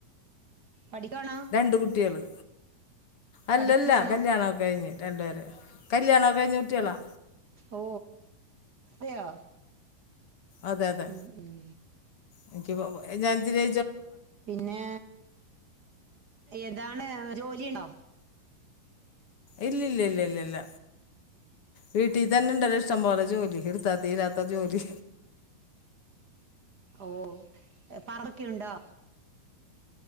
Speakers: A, on the right (about 65°); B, on the left (about 45°).
A: പഠിക്കുവാണോ
B: രണ്ട് കുട്ടികള്. അല്ലല്ല
A: പഠിക്കുവാണോ
B: കല്യാണം ഒക്കെ കഴിഞ്ഞ്. രണ്ട് പേര് കല്യാണമൊക്കെ കഴിഞ്ഞ കുട്ടികളാ.
A: ഓ അതെയോ
B: അതെ അതെ
A: ഉം ഉം
B: എനിക്ക് ഉവ്വ ഉവ്വ ഞാൻ ഇച്ചിരി
A: പിന്നെ എതാണ് ജോലിയുണ്ടോ
B: ഇല്ലല്ല ഇല്ല ഇല്ല ഇല്ല ഇല്ല വീട്ടിതന്നെ ഇണ്ടല്ലോ ഇഷ്ടംപോലെ ജോലി എടുത്ത തീരാത്ത ജോലി
A: ഓ പറമ്പൊക്കെ ഉണ്ടോ?